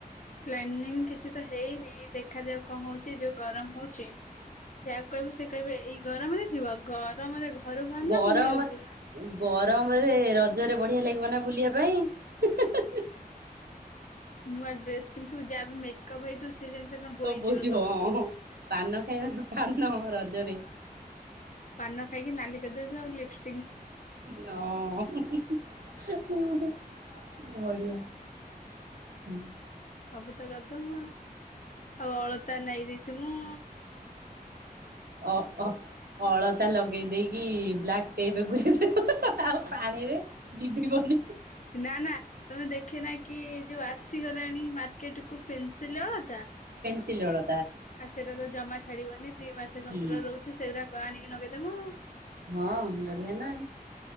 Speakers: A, on the left; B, on the right.
A: ପ୍ଲାନିଂ କିଛି ତ ହେଇନି ଦେଖାଯାଉ କଣ ହଉଛି ଯୋଉ ଗରମ ହଉଛି ଯାହାକୁ କହିବ ସେ କହିବେ ଏଇ ଗରମରେ ଯିବ, ଗରମରେ ଘରୁ ବାହରନା
B: ଗରମ
A: ବୁଲିବାକୁ ଯିବ?
B: ଗରମରେ ରଜରେ ବଢିଆ ଲାଗିବ ନା ବୁଲିବା ପାଇଁ ହିଁ ହିଁ ହିଁ।
A: ନୂଆ ଡ୍ରେସ୍ ପିନ୍ଧିଥିବୁ ଯାହା ବି ମେକପ୍ ହେଇଥିବୁ ସେ ଜିନିଷ
B: ସବୁ
A: ବୋଇଯିବ
B: ବୋହି ଯିବ
A: ସବୁ
B: ହଁ ପାନ ଖାଇବା ତ ପାନ ହଁ ରଜରେ।
A: ପାନ ଖାଇକି ନାଲି କରିଦେଇଥିବା ଆଉ ଲିପ୍ସ
B: ହଁଅ ହ ହୁ ହ ହଁ। ଘଡ଼ିଆ ହୁଁ
A: ବୁତ ଗଦମାଉ ଆଉ ଅଳତା ନାଇଦେଇ ତ ମୁଁ
B: ଅ-ଅ-ଅଳତା ଲଗେଇ ଦେଇ କି? ଲାଗତେ ଏବେ ବୁଝୁଛୁ। <unintelligible> ଆଉ ପାଣିରେ ଯିଭି ଭନି।
A: ନା ନା ତମେ ଦେଖେ ନା କି ଯୋଉ ଆସିଗଲାଣି ମାର୍କେଟ କୁ ପେନସ୍ ସିଲଅତା
B: ଚିଲଳ
A: ଆ ସେଇଟା ତ ଜମାଛା ଛାଡ଼ିବନି। ଦି ମାସ
B: ହୁଁ।
A: ପନ୍ଦର ରହୁଛି ସେଗୁରାକ ପା ଆଣିକି ନଗେଇଦେମ -ଅ।
B: ହଁ ବଢ଼ିଆ ନା।